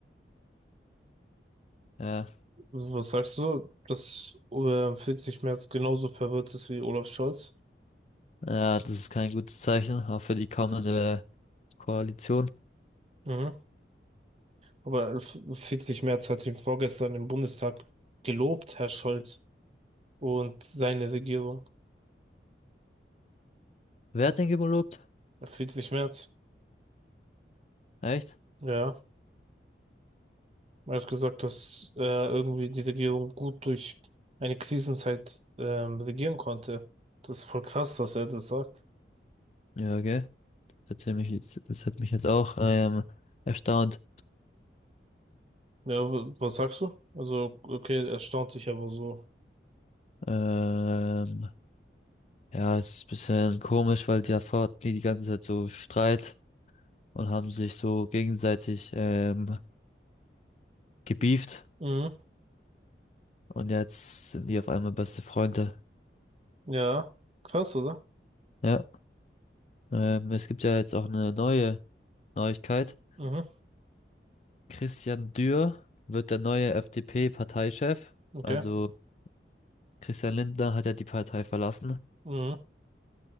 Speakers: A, on the left (about 40°); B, on the right (about 35°).
A: Ja,
B: Was sagst du? Das äh, 40 März genauso verwirrt ist wie Olaf Scholz.
A: ja, das ist kein gutes Zeichen, auch für die kommende Koalition.
B: Mhm. Aber F- Friedrich Merz hat ihn vorgestern im Bundestag gelobt, Herr Scholz und seine Regierung.
A: Wer hat den gelobt?
B: Friedrich Merz,
A: Echt?
B: ja, er hat gesagt, dass äh, irgendwie die Regierung gut durch eine Krisenzeit ähm, regieren konnte. Das ist voll krass, dass er das sagt.
A: Ja, okay. Das hat mich jetzt, das hat mich jetzt auch ähm, erstaunt.
B: Ja, w- was sagst du? Also, okay, erstaunt dich aber so.
A: Ähm, ja, es ist ein bisschen komisch, weil davor hatten die die ganze Zeit so Streit und haben sich so gegenseitig ähm, gebieft
B: Mhm,
A: und jetzt sind die auf einmal beste Freunde.
B: ja, krass, oder?
A: Ja, ähm, es gibt ja jetzt auch eine neue Neuigkeit.
B: Mhm,
A: Christian Dürr wird der neue FDP-Parteichef.
B: okay.
A: Also Christian Lindner hat ja die Partei verlassen.
B: Mhm,